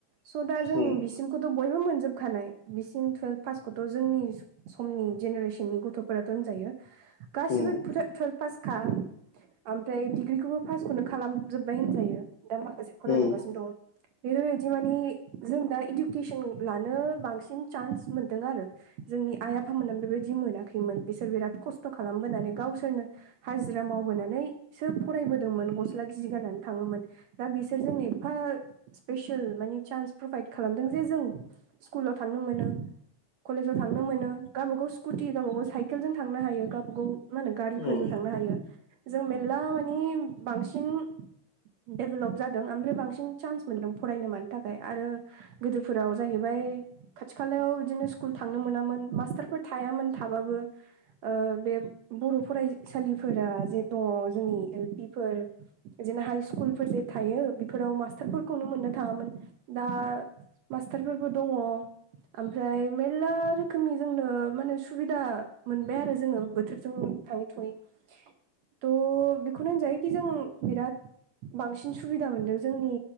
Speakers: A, on the right (about 70°); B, on the left (about 75°).
A: स' दा जों
B: उम
A: बिसिमखौथ' बयबो मोनजोबखानाय बिसिम टुवेल्भ पासखौथ' जोंनि समनि जेनेरेसननि गथ'फोराथ' होनजायो। गाससिबो
B: उम
A: टुव पासखा ओमफ्राय डिग्रिखौबो फासखौनो खालामजोबबाय होनजायो दा माखासे फरायलांगासिनो
B: उम
A: दं। बेफोरबायदि मानिे जों दा इडुकेसन लानो बांसिन चान्स मोन्दों आरो। जोंनि आइ आफामोना बेबायदि मोनाखैमोन बिसोर बिराद खस्थ' खालामबोनानै गावसोरनो हाजिरा मावबोनानैसो फरायब मोन गस्ला गिजि गाननानै थाङोमोन दा बिसोरजोंनो एफा स्पेसियेल माने चान्स प्रभाइद खालामदों जे जों स्कुलाव थांनो मोनो। कलेजाव थांनो मोनो गावबाागाव स्कुटि गावबा गाव साइकेलजों थांनो हायो गावबागाव मा होनो गारिफोरजों
B: उम
A: थांनो हायो जों मेरला माने बांसिन डेभेलप जादों ओमफ्राय बांसिन चान्स मोनदों फरायनो मानो थाखाय आरो गोदोफोराव जाहैबाय खाथि खालायाव बिदिनो स्कुल थांनो मोनामोन मास्टारफोर थायामोन थाबाबो बे बर' फरायसालिफोरा जे दङ जोंनि एल पि फोर बिदिनो हाइ स्कुलफोर जे थायो बेफोराव मास्टारफोरखौनो मोननो थाङामोन। दा मास्टारफोरबो दङ। ओमफ्राय मेलला रोखोमनि जोंनो माने सुबिदा मोनबाय आरो जोङो बोथोरजों थाङै थुयै
B: <inaudible>
A: थ' बेखौनो जायो खि जों बिराद बांसिन सुबिदा मोनदों जोंनि